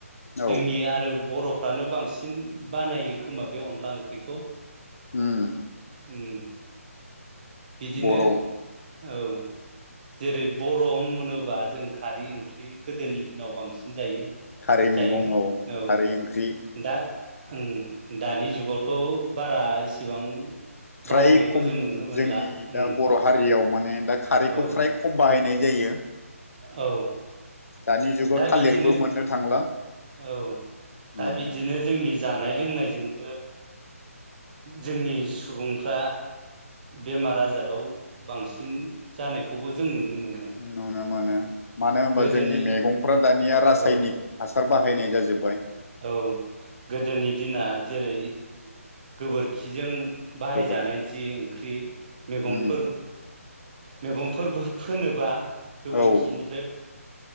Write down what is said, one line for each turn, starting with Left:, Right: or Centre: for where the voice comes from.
Left: औ
Right: जोंनि आरो बरफ्रानो बांसिन बानायो खोमा बे अनला ओंख्रिखौ
Left: ओम।
Right: ओम बिदिनो
Left: बर'
Right: औ जेरै बर' होनोबा जों खारै ओंख्रि गोदोनि दिनाव बांसिन जायो।
Left: खारै
Right: जायोमोन
Left: मैगं
Right: औ
Left: खारै ओंख्रि
Right: दा ओं दानि जुगावथ बारा इसिबां
Left: फ्राय
Right: बाहायनायखौ
Left: खम
Right: जों नुनो मोनला
Left: जोंनि
Right: उम
Left: दा बर' हारियाव माने माने दा खारैखौ
Right: औ
Left: फ्राय खम बाहायनाय जायो
Right: औ।
Left: दानि जुगाव
Right: दा
Left: थालिरबो
Right: बिदिनो
Left: मोननो थांला
Right: औ
Left: उम
Right: दा बिदिनो जोंनि जानाय लोंनायजोंबो जोंनि सुबुंफ्रा बेमार आजादाव बांसिन जानायखौबो जों नुनो मोनो
Left: नुनो मोनो मानो होनबा
Right: गोदोनि
Left: जोंनि मैगंफ्रा दानिया
Right: औ
Left: रासायनिक हासा हासार बाहायनाय जाजोब्बाय
Right: औ गोदोनि दिना जेरै गोबोरखिजों बाहायजानाय
Left: गोबोर
Right: जि ओंख्रि मैगंफोर
Left: उम
Right: मैगंफोरबो फोनोबा गोबोरखिनिफ्राय
Left: औ